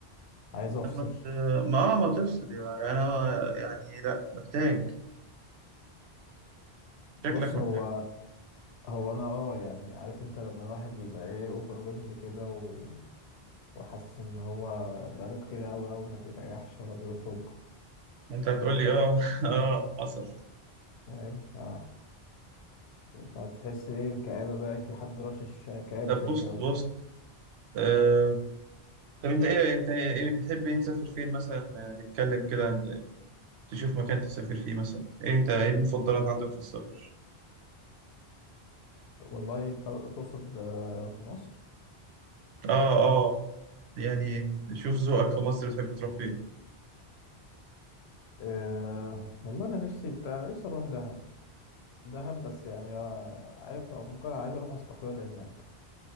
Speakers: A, on the left; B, on the right.
A: عايز افصل
B: لما ت... ما آه، ما تفصل يعني انا يعني لا محتاج شكلك
A: بص
B: محتاج
A: هو هو انا اه يعني عارف انت لما الواحد يبقى ايه اوفر ويلد كده و... وحاسس ان هو بقاله كتير اوي اوي ما بيريحش ولا بيخرج
B: انت هتقول لي اه <laughs> اه حصل
A: فاهم ف... فتحس ايه الكآبة بقى في حد رشش كآبة
B: طب
A: في
B: بص
A: الجو
B: بص آه. طب انت ايه انت ايه بتحب ايه تسافر فين مثلا آه، نتكلم كده عن- تشوف مكان تسافر فيه مثلا ايه انت ايه المفضلات عندك في السفر؟
A: والله ت- تقصد آه، في مصر
B: اه اه يعني شوف ذوقك في مصر بتحب تروح فين؟
A: آه والله انا نفسي بتاع نفسي اروح دهب دهب بس يعني آه، عارف أو ممكن أنا عايز أروح أستقر هناك